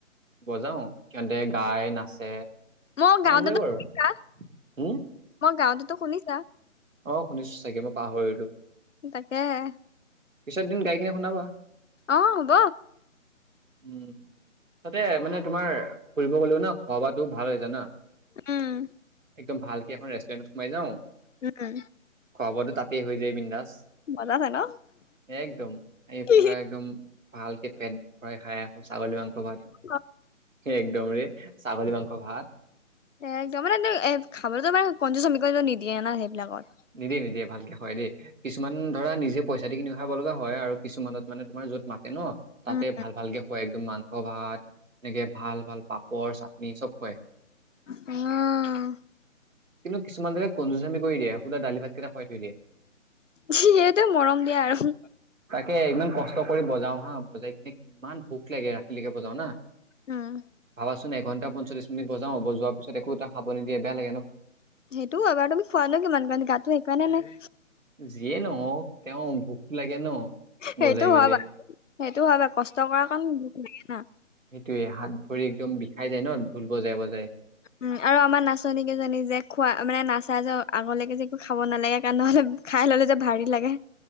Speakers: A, on the right; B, on the left.
A: বজাও সিহঁতে গাই, নাচে।
B: মই গাঁওতেতো
A: এনজয় কৰো
B: শুনিছা?
A: হম
B: মই গাঁওতেতো শুনিছা?
A: অ, শুনিছো চাগে মই পাহৰিলো।
B: তাকেহে।
A: পিছত এদিন গাই কিনে শুনাবা।
B: অ হ'ব
A: উম তাতে মানে তোমাৰ ফুৰিব গলেও ন, খোৱা বোৱাতো ভাল হয় জানা।
B: উম
A: একদম ভালক এখন ৰেষ্টুৰেণ্টত সোমাই যাওঁ,
B: উম
A: খোৱা বোৱাতো তাতে হৈ যায় বিন্দাজ।
B: মজা আছে ন
A: একদম, এই
B: কি
A: পুৰা একদম ভালকে পেট ভৰাই খাই আহো ছাগলী মাংস ভাত।
B: অ',
A: একদম ৰে। ছাগলী মাংস ভাত
B: একদম মানে কি এ খাবলৈতো <unintelligible> <unintelligible> নিদিয়ে না সেইবিলাকত।
A: নিদিয়ে-নিদিয়ে ভালকে খুৱাই দেই, কিছুমান ধৰা নিজে পইচা দি কিনি খাব লগা হয় আৰু। কিছুমানত মানে তোমাৰ য'ত মাতে ন', তাতে
B: উম
A: ভাল ভালকে হয় একদম মা মাংস ভাত এনেকে ভাল-ভাল পাপৰ, চাটনি চব খুৱাই।
B: উম
A: কিন্তু কিছুমান জেগাত কনজুচামি কৰি দিয়ে। সুধা দালি ভাতকেইটা খোৱাই থৈ দিয়ে।
B: সিহঁতেও মৰম দিয়া আৰু।
A: তাকে ইমান কষ্ট কৰি বজাও হা বজাই কিনে কিমান ভোক লাগে ৰাতিলৈকে বজাও না।
B: অ'।
A: <unintelligible> এঘণ্টা পঞ্চলিছ মিনিট বজাও বজোৱাৰ পিছত একো এটা খাব নিদিয়ে বেয়া লাগে ন'।
B: সেইটোও হয় বাৰু তুমি খোৱানে কিমান কাৰণ গাটো সেইকাৰণেই নাই।
A: যিয়ে নহওক, তেওঁ ভোকটো লাগে ন' বজাই
B: সেইটো
A: মেলি।
B: হয় বাৰু সেইটো হয় বাৰু, কষ্ট কৰাৰ কাৰণে ভুকটু লাগে না।
A: সেইটোয়ে হাত ভৰি একদম বিষাই যায় ন', ঢোল বজাই-বজাই।
B: উম, আৰু আমাৰ নাচনী কেইজনী যে, খোৱা মানে নাচ তাৰপিছত আগলৈকে যে একো খাব নালাগে। কাৰণ নহলে খাই ললে যে ভাৰী লাগে।